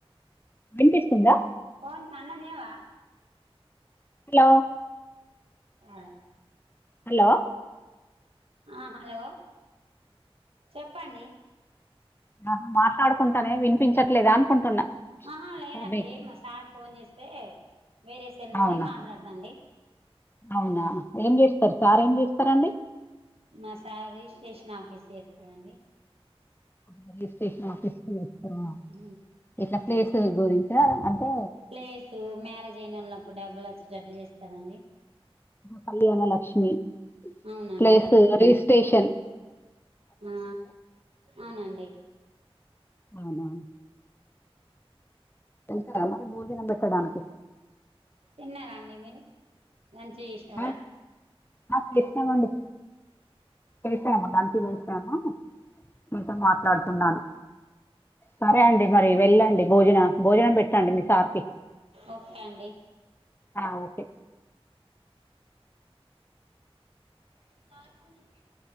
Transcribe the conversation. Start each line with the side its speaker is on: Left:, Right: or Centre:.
Left: వినిపిస్తుందా
Right: సొన్ అన్నంతిన్నావా
Left: హలో
Right: ఆ
Left: హలో
Right: ఆ హలో చెప్పండి
Left: అ మాట్లాడుకుంటానే వినిపించట్లేదా అనుకుంటున్నా
Right: ఆహా లేదండి
Left: అదే
Right: మా సార్ ఫోన్ చేస్తే వేరే సెల్ నుండి
Left: అవునా
Right: మాట్లాడదాండి
Left: అవునా ఏం చేస్తారు సార్ ఏం చేస్తారండి
Right: మా సార్ రిజిస్టేషన్ ఆఫీస్ చేస్తాడండి
Left: రిజిస్టేషన్ ఆఫీస్ చేస్తార
Right: ఊ
Left: ఇట్లా ప్లేస్ గురించా తెలుస అంటే
Right: ప్లేస్ మ్యారేజ్ అయిన వాళ్ళకూ డబ్బులు వచ్చేటట్టు చేస్తారండి
Left: కళ్యాణ లక్ష్మి,
Right: అవునండి
Left: ప్లేస్ రిజిస్టేషన్
Right: ఆ అవునండి
Left: అవునా వెళ్తరా మరి బోజనం పెట్టడానికి
Right: తిన్నారా అండి మీరు మంచి చెసారా
Left: ఆ, ఆ చేసమండి చేసాము దానికి చేసాము మీతో మాట్లాడుతున్నాను సరే అండి మరి వెళ్ళండి భోజన భోజనం పెట్టండి మీ సార్కి
Right: ఓకే అండి
Left: ఆ ఓకే
Right: మీ సార్ ఫోన్ చేసిండ